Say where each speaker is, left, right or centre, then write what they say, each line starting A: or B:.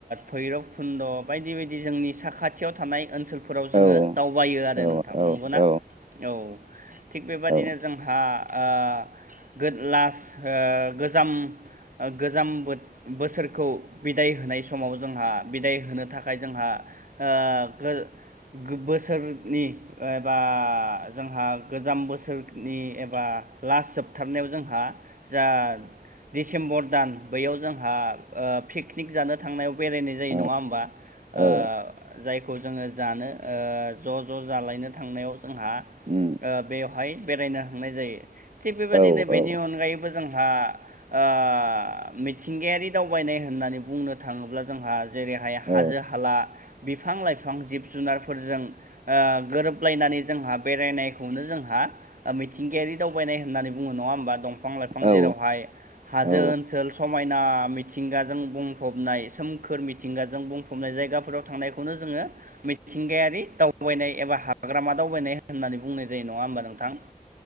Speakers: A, on the right; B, on the right.
A: भैरब खुन्दक बायदि बायदि जोंनि साखाथियाव थानाय ओनसोलफोराव जोङो
B: औ
A: दावबायो आरो
B: औ
A: नोंथां नंगौना
B: औ
A: औ थिग बेबादिनो
B: औ
A: जोंहा ओ गोद लास गोजाम गोजाम बो बोसोरखौ बिदाय होनाय समाव जोंहा बिदाय होनो थाखाय जोंहा ओ गो बोसोरनि एबा जोंहा गोजाम बोसोरनि एबा लास्ट जोबथारनायाव जोंहा जा डसेम्बर दान बैयाव जोंहा ओ पिकनिक जानो थांनायाव बेरायनाय जायो
B: औ
A: नङा होमबा ओ
B: औ
A: जायखौ खौ जोङो जानो ओ ज' ज' जालायनो थांनायाव जोंहा
B: उम
A: ओ बे बेवहाय बेरायनो हांनाय जायो थिग बेबायदिनो
B: औ
A: बेनि
B: औ
A: अनगायैबो जोंहा ओ मिथिंगायारि दावबायनाय होननानै बुंनो थाङोब्ला जोंहा जेरैहाय हाजो
B: औ
A: हाला बिफां लाइफां जिब जुनारफोरजों ओ गोरोबलायनानै जोंहा। बेरायनायखौनो जोंहा मिथिंगायारि दावबायनाय होननानै बुङो नङा होमबा दंफां लाइफां
B: औ
A: जेरावहाय हाजो
B: औ
A: ओनसोल समायना मिथिंगाजों बुंफबनाय सोमखोर मिथिंगाजों बुंफबनाय जायगाफोराव थांनाय खौनो जोङो मिथिंगायारि दावबायनाय एबा हाग्रामा दावबायनाय होननानै बुंनाय जायो नङा होमबा नों थां